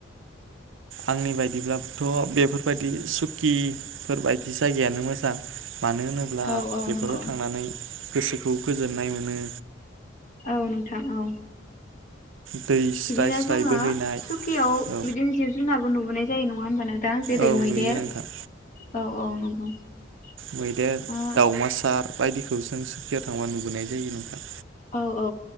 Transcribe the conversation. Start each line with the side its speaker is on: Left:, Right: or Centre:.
Right: आंनि बायदिब्लाथ बेफोरबायदि सुकिफोरबायदि जायगायानो मोजां। मानो होनोब्ला
Left: औ औ
Right: बेफोराव
Left: नंगौ
Right: थांनानै गोसोखौ गोजोननाय मोनो।
Left: औ नोंथां औ
Right: दै स्राय
Left: बिदिनो
Right: स्राय
Left: जोङो
Right: बोहैनाय
Left: सुकियाव
Right: औ
Left: बिदिनो जिब जुनार नुबोनाय जायो नङा होनबा नों थां जेरै
Right: औ
Left: मैदेर
Right: नुयो नोंथां
Left: औ औ नंगौ ओ
Right: मैदेर दावमासार बायदिखौ जों सुकियाव थांबा नुुबोनाय जायो नोंथां।
Left: औ औ